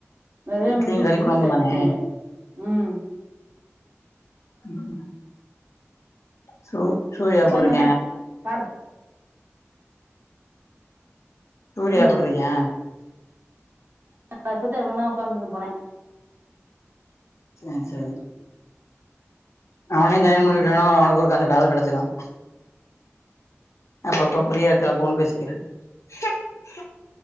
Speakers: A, on the right (about 55°); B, on the left (about 75°).
A: நிறைய
B: இட்லியு
A: மிஞ்சுருச்சு
B: கறி
A: ஊத்தி
B: கொழம்பு
A: அடிச்சிட்டாங்க
B: தானே
A: உம்
B: உம் சோ சூர்யா எபுடிருக்கன்
A: சரிண்ணே கார்
B: சூர்யா
A: என்னது
B: எப்டுறக்கன்
A: தப்பத்த இங்கதான் உட்காந்து போனேன்
B: சோரி சோரி அவனையும் ஜாயின் பண்ணிட்டு
A: ம்
B: அவனைக்கு ஒருக்கா ஆல் கிடச்சிடும் அப்போ பிரியா இருக்கல்ல போன் பேசிக்கிறேன் ஹ <unintelligible>